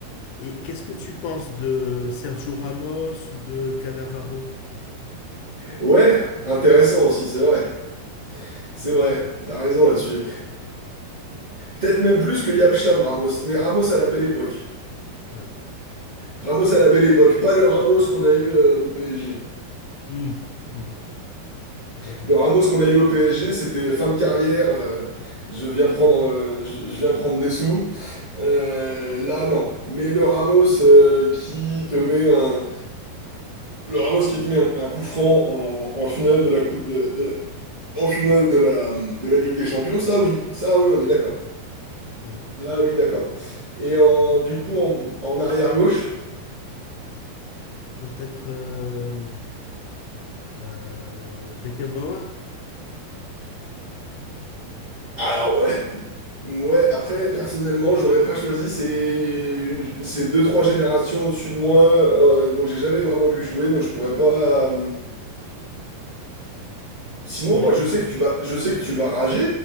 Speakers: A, on the left; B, on the right.
A: Et qu'est-ce que tu penses de Sergio Ramos ou de Cannavaro?
B: Ouais, intéressant aussi, c'est vrai. C'est vrai, t'as raison là-dessus. Peut-être même plus que Yapstam Ramos. Mais Ramos à la belle époque.
A: Ouais.
B: Ramos à la belle époque, pas le Ramos qu'on a eu euh, au PSG.
A: Hmm, hmm, je valide.
B: Le Ramos qu'on a eu au PSG, c'était fin de carrière, euh, je viens prendre, euh, je, je viens prendre des sous. Euh, là, non. Mais le Ramos euh, qui te met un, le Ramos qui te met un, un coup franc en, en finale de la Coupe de, de la- en finale de la, de la Ligue des Champions, ça oui, ça oui, on est d'accord.
A: Donc,
B: Là, oui, d'accord. Et en, du coup, en, en arrière gauche,
A: peut-être euh, euh, Beckenbauer?
B: alors ouais. Ouais, après, personnellement, j'aurais pas choisi. C'est une... c'est deux, trois générations au-dessus de moi. euh, donc, j'ai jamais vraiment vu jouer. Donc, je pourrais pas. euh, Sinon,
A: T'aurais
B: moi,
A: mis-
B: je sais que tu vas, je sais que tu vas rager,